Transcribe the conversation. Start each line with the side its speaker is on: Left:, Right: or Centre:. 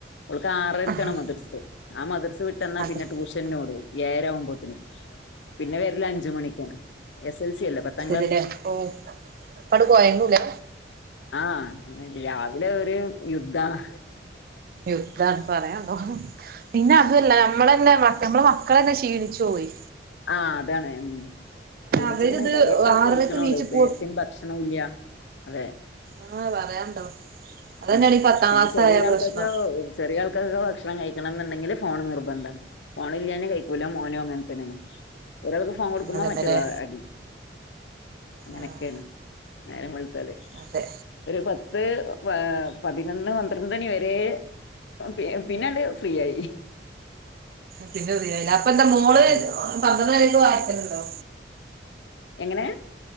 Left: ഓൾക്ക് ആറരക്കാണ്
Right: ആഹ്
Left: മദ്രസ ആ മദ്രസ വിട്ട് വന്ന
Right: മദ്രസയില്
Left: പിന്നെ ട്യൂഷൻ ഓടും ഏര മണി രുമ്പോത്തിനു പിന്നെ വരല് അഞ്ചുമണിക്കാണ് എസ് എസ് എൽ സി അല്ലെ പത്ത്
Right: തിലെ ഓഹ് അപ്പട് കൊയങ്ങുലെ
Left: ആ രാവിലെ ഒരു യുദ്ധാണ്
Right: യുദ്ധാണ് പറയാണ്ടോ പിന്ന ല്ലാ നമ്മളന്നേ നമ്മള മക്കളന്നെ ശീലിച്ചോയി
Left: ആ അതാണ് ഉം <unintelligible>
Right: അവരിത്
Left: തടിയൊക്കെ
Right: ആറരക്ക്
Left: പൊയിക്കണോള്ളൂ
Right: നീച്ചു പോ
Left: നേരത്തിന് ഭക്ഷണവും ഇല്ല അതെ
Right: ആഹ് പറയാണ്ടോ അതന്നെയാണ്
Left: ഉം
Right: ഈ പത്താം
Left: പിന്നെ
Right: ക്ലാസ്സായ
Left: ചെറിയ ആൾക്കൊക്കെ
Right: പ്രശ്നം
Left: ചെറിയ ആൾ ഭക്ഷണം കഴിക്കണോന്നുണ്ടെങ്കിൽ ഫോണ് നിർബന്ധാണ് വലിയാന് കഴിക്കൂല മോനും അങ്ങനെ തന്നെയാണ് ഒരാൾക്ക് ഫോൺ കൊടുക്കുമ്പോ
Right: അതന്നെല്ലേ
Left: മറ്റേയാൾ അടി അങ്ങനൊക്കെയാണ്
Right: ആഹ്
Left: നേരം വെളു ത്താല്
Right: അതെ
Left: ഒരു പത്ത് പതിനൊന്ന് പന്ത്രണ്ട് മണി വരെ പി പിന്നാണ്ട് ഫ്രീയായി
Right: പിന്നെ അറിയേല്ല അപ്പൊ എന്താ മോള്
Left: ഉം
Right: പന്ത്രണ്ട് ഞ്ഞ് വായ്ക്കണുണ്ടോ
Left: എങ്ങനേ